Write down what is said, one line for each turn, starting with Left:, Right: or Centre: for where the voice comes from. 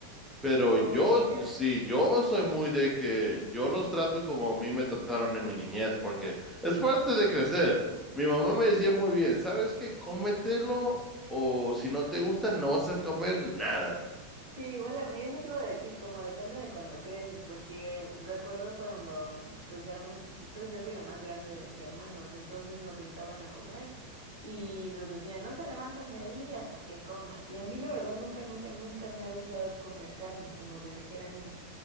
Centre: Pero yo,
Right: Oh, ya.
Centre: sí, yo soy muy de que yo los trato como a mí me trataron en mi niñez, porque es parte de crecer. Mi mamá me decía muy bien, ¿sabes qué? Cómetelo o si no te gusta no vas a comer nada.
Right: Sí, igual a mí eso te iba a decir, como depende de cuando creces, porque recuerdo cuando mm, pues éramos chiquitos, yo soy la más grande de mis hermanos, entonces nos sentaban a comer y nos decían, no se levantan de ahí hasta que coman. Y a mí la verdad nunca, nunca, nunca me ha gustado comer carne, como desde que era niña.